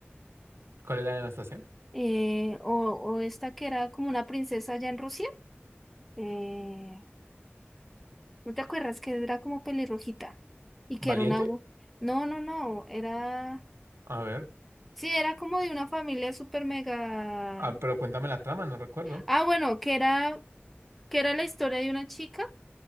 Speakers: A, on the right; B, in the centre.
A: ¿Cuál era la estación?
B: eh, o, o esta que era como una princesa allá en Rusia. Eh, ¿No te acuerdas que era como pelirrojita? Y
A: ¿Valiente?
B: que era una... bu- No, no, no, era...
A: A ver.
B: Sí, era como de una familia súper mega...
A: Ah, pero cuéntame la trama, no recuerdo.
B: Ah, bueno, que era, que era la historia de una chica